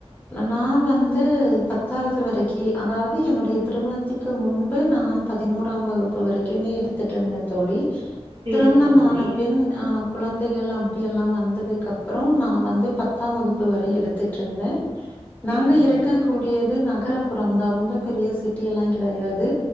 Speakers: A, on the left; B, on the right.
A: நா வந்து பத்தாவது வரைக்கி அதாவது என்னுடைய திருமண த்துக்கு முன்பு நான் பதினோராம் வகுப்பு வரைக்குமே எடுத்துட்டு இருந்தே தோழி
B: சேரிங்க
A: திருமணமான
B: சகோதரி
A: பின் அ குழந்தைகள் அப்படி எல்லா வந்ததுக்கு அப்புற நா வந்து பத்தாம் வகுப்பு வரை எடுத்துட்டு இருந்தே
B: சேரிங்க
A: நாங்க இருக்க கூடியது நகர்புறம் தா ரொம்ப பெரிய சிட்டி எல்லா கிடையாது